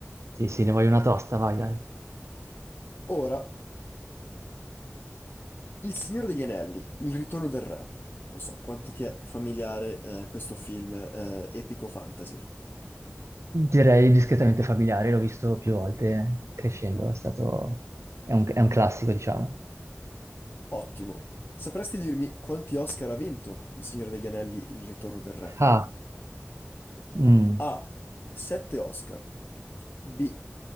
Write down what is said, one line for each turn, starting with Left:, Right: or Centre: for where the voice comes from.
Right: sì, sì, ne voglio una tosta, vai, dai.
Left: Ora, Il Signore degli Anelli, Il Ritorno del Re. Non so quanto ti è familiare eh, questo film eh, epico fantasy.
Right: Direi discretamente familiare, l'ho visto più volte crescendo, è stato... è un, è un classico, diciamo.
Left: Ottimo. Sapresti dirmi quanti Oscar ha vinto Il Signore degli Anelli, Il Ritorno del Re?
Right: Ah, mm.
Left: A. 7 Oscar. B.